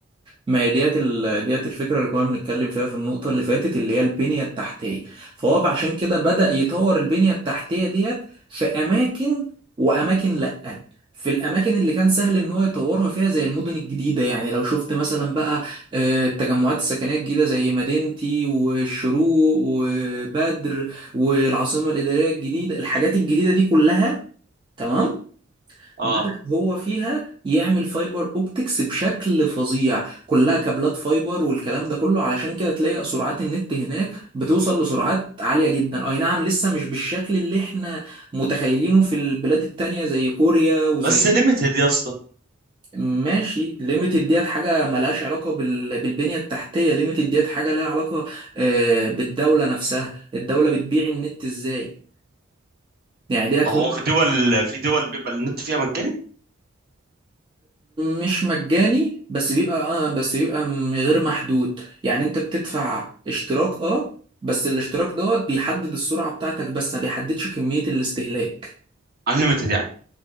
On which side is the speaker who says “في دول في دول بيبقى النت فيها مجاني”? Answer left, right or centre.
Right